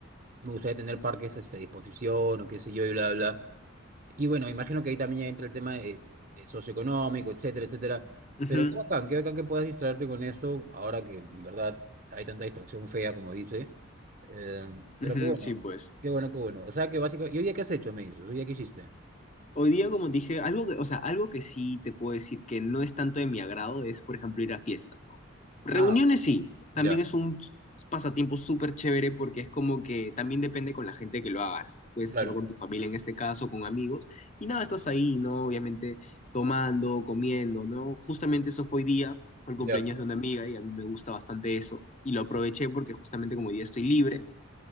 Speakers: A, on the right; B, on the left.
A: me gustaría tener parques este, a disposición o qué sé yo, y bla, bla. Y bueno, imagino que ahí también ya entra el tema de, de socioeconómico, etcétera, etcétera.
B: Ujú,
A: Pero qué bacán, qué bacán que puedas distraerte con eso, ahora que en verdad hay tanta distracción fea, como dice. Eh, pero
B: ujú,
A: qué bueno,
B: sí, pues.
A: qué bueno, qué bueno. O sea que básicamente, ¿y hoy día qué has hecho, me dices? ¿Hoy día qué hiciste?
B: Hoy día, como te dije, algo que, o sea, algo que sí te puedo decir que no es tanto de mi agrado es, por ejemplo, ir a fiestas, ¿no? Reuniones
A: Ah,
B: sí, también
A: ya,
B: es un pasatiempo súper chévere porque es como que también depende con la gente que lo hagas, ¿no? Puedes
A: claro,
B: hacerlo con tu familia en este caso, con amigos, y nada, estás ahí, ¿no? Obviamente tomando, comiendo, ¿no? Justamente eso fue hoy día, fue el
A: ya.
B: cumpleaños de una amiga y a mí me gusta bastante eso, y lo aproveché porque justamente como hoy día estoy libre